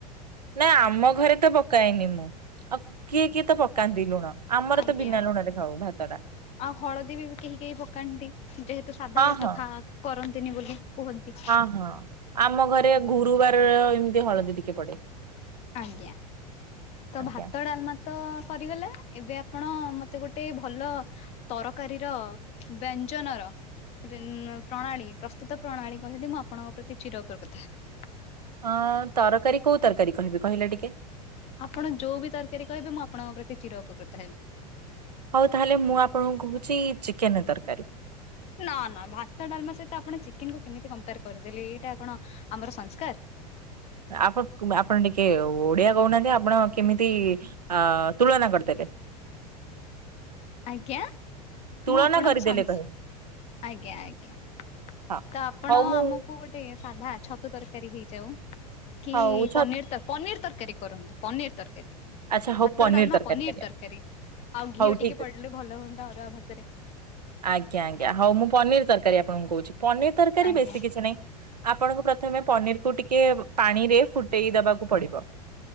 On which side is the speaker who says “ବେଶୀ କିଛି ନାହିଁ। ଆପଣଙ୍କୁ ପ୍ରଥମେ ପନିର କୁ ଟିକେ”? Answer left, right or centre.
Right